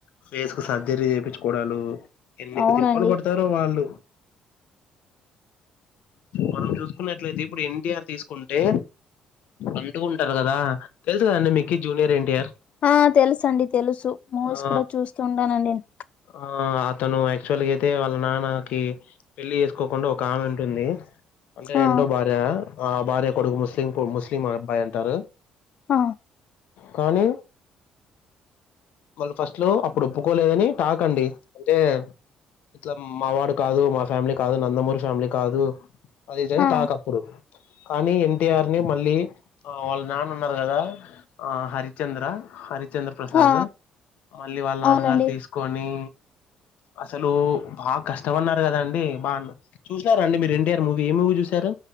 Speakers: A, on the left; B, on the left.
A: ఫేస్ కు సర్జరీ చేపించుకోవడాలు ఎన్నిక
B: అవునండి
A: తిప్పలు పడు తరు వాళ్ళు మనం చూసుకున్నట్లయితే ఇప్పుడు ఎన్టీఆర్ తీసుకుంటే అంటుకుంటారు కదా తెలుసు కదండి మీకీ జూనియర్ ఎన్టీఆర్
B: ఆ తెలుసు అండి తెలుసు మూవీస్
A: ఆ
B: కూడా చూస్తూ ఉంటానండి నే
A: ఆ అతను యాక్చువల్ గా అయితే వాళ్ళ నాన్నకి పెళ్లి చేసుకోకుండా ఒక ఆమె ఉంటుంది అంటే రెండో
B: ఆ
A: భార్య ఆ భార్య కొడుకు ముస్లిం ముస్లిం అబ్బాయి అంటారు
B: ఆ
A: కానీ వాళ్ళు ఫస్ట్ లో అప్పుడు ఒప్పుకోలేదని టాక్ అండి అంటే ఇట్లా మా వాడు కాదు మా ఫ్యామిలీ కాదు నందమూరి ఫ్యామిలీ కాదు అది ఇదిని
B: ఆ
A: టాక్ అప్పుడు కానీ ఎన్టీఆర్ ని మళ్ళీ ఆ వాళ్ళ నాన్న ఉన్నారు కదా ఆ హరిచంద్ర హరిచంద్ర ప్రసాద్
B: ఆ
A: మళ్ళీ వాళ్ళ నాన్నగారు
B: అవునండి
A: తీసుకొని అసలు బాగా కష్టమన్నారు కదండి బా చూసారాండి మీరు ఎన్టీఆర్ మూవీ ఏ మూవీ చూశారు